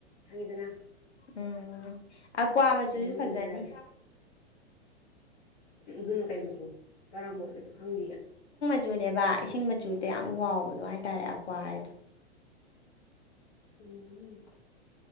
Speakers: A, on the left; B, on the left.
A: ꯈꯪꯉꯤꯗꯅ
B: ꯎꯝ ꯑꯀ꯭ꯋꯥ ꯃꯆꯨꯁꯨ
A: ꯑꯗꯨꯒꯨꯝꯕ
B: ꯐꯖꯅꯤ
A: ꯌꯥꯏ ꯑꯗꯨꯅ ꯀꯩ ꯃꯆꯨ ꯀꯔꯝꯕ ꯑꯣꯏꯗꯣꯏꯕ ꯈꯪꯗꯤꯌꯦ
B: ꯨꯆꯨꯅꯦꯕ ꯏꯁꯤꯡ ꯆꯨꯗ ꯌꯥꯝ ꯋꯥꯎꯕꯗꯣ ꯍꯥꯏꯇꯥꯔꯦ ꯀꯋꯥ ꯍꯥꯏꯗ‌ꯣ
A: ꯎꯝ